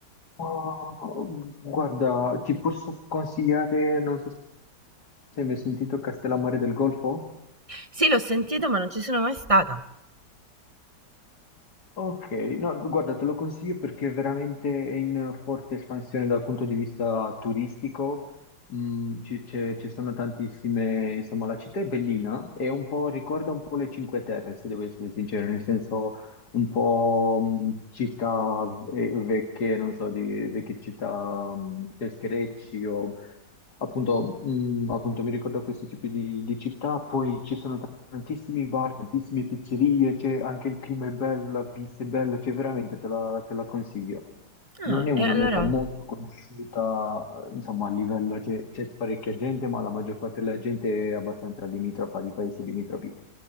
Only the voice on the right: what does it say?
Sì, l'ho sentito, ma non ci sono mai stata.
Ah,
e allora.